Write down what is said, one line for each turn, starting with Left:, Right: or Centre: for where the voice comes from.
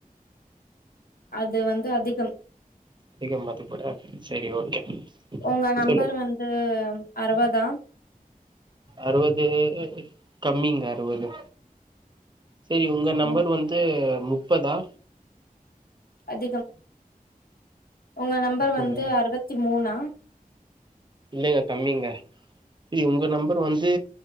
Left: அது வந்து அதிகம்
Right: அதிகமா அது கூட சரி ஓகே
Left: ஒங்க நம்பர்
Right: சொல்லு
Left: வந்து அறுவதா
Right: அறுவது கம்மிங்க அறுவது சரி உங்க நம்பர்
Left: ம்
Right: வந்து முப்பதா
Left: அதிகம் ஒங்க நம்பர்
Right: அப்படியா
Left: வந்து அறுவத்தி மூணா
Right: இல்லங்க கம்மிங்க சரி உங்க நம்பர் வந்து